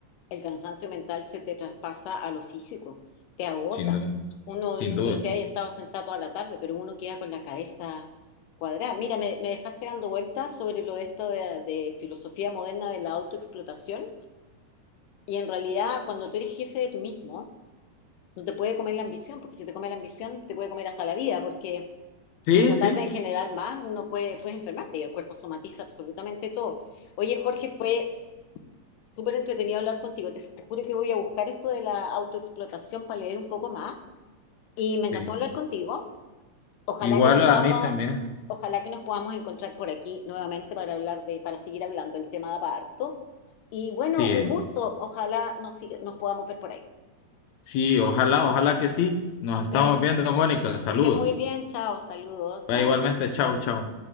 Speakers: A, on the left; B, on the left.
A: El cansancio mental se te traspasa a lo físico, te agota.
B: sin duda,
A: Uno
B: sin
A: dice,
B: duda.
A: pero si hay estado sentado toda la tarde, pero uno queda con la cabeza cuadrada. Mira, me, me dejaste dando vueltas sobre lo de esto de, de filosofía moderna de la autoexplotación. Y en realidad, cuando tú eres jefe de tú mismo, no te puede comer la ambición, porque si te come la ambición, te puede comer hasta la vida, porque
B: Sí,
A: por tratar
B: sí,
A: de generar más, uno puede, puedes enfermarte y el cuerpo somatiza absolutamente todo. Oye, Jorge, fue Súper entretenido hablar contigo. Te, te juro que voy a buscar esto de la autoexplotación para leer un poco más. Y me encantó
B: sí.
A: hablar contigo. Ojalá
B: Igual
A: que nos
B: a
A: podamos,
B: mí también.
A: ojalá que nos podamos encontrar por aquí nuevamente para hablar de, para seguir hablando el tema de parto. Y bueno,
B: Sí,
A: un gusto. Ojalá nos, siga- nos podamos ver por ahí.
B: sí, ojalá, ojalá que sí. Nos
A: Ok.
B: estamos
A: Que
B: viendo, Mónica. Saludos.
A: estés muy bien. Chao. Saludos.
B: Va
A: Bye.
B: igualmente, chao, chao.